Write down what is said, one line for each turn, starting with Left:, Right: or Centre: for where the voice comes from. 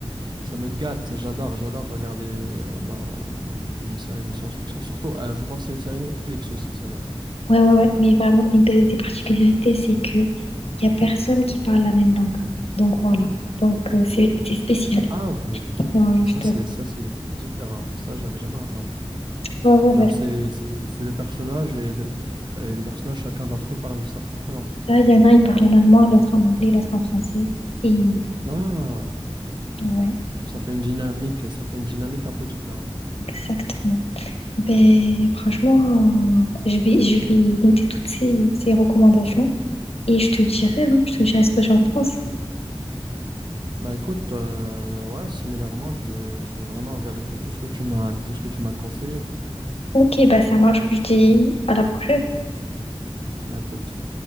Right: ça me gâte. J'adore, j'adore regarder euh, ma, les séries de science-fiction. Surtout, euh, je pense que c'est une série Netflix aussi, celle-là.
Left: Ouais, ouais, ouais. Mais vraiment, une des, des particularités, c'est que il y a personne qui parle la même langue. Donc voilà. Donc euh, c'est c'est spécial.
Right: Ah, ok.
Left: Ouais, ouais,
Right: Ça,
Left: je te...
Right: c'est, ça, c'est c'est différent. hein. Ça, j'avais jamais entendu.
Left: Ouais, ouais, ouais.
Right: Genre, c'est, c'est, c'est les personnages et les, et les personnages, chacun d'entre eux, il parle sa propre langue.
Left: Là, il y en a, ils parlent en allemand, l'autre en anglais, l'autre en français. Et
Right: Ah,
Left: ouais,
Right: ça fait une dynamique, ça fait une dynamique un peu différente.
Left: exactement. Ben franchement, euh, je vais, je vais noter toutes ces, ces recommandations et je te dirai, hein, je te dirai ce que j'en pense.
Right: Bah écoute, euh, ouais, similairement, je vais, je vais vraiment vérifier tout ce que tu m'as, tout ce que tu m'as conseillé.
Left: Ok, ben ça marche. Je te dis à la prochaine.
Right: À toute.